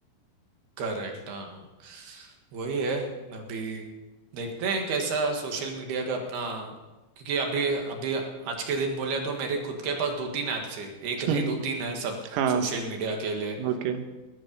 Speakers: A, on the right (about 60°); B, on the right (about 85°).
A: करेक्ट हाँ वही है अभी देखते हैं कैसा सोशल मीडिया का अपना क्योंकि अभी अभी आज के दिन बोले तो मेरे खुद के पास दो तीन ऐप्स है एक
B: <laughs>
A: नहीं
B: हम्म,
A: दो तीन है सब
B: हाँ
A: सोशल मीडिया के लिए
B: ओके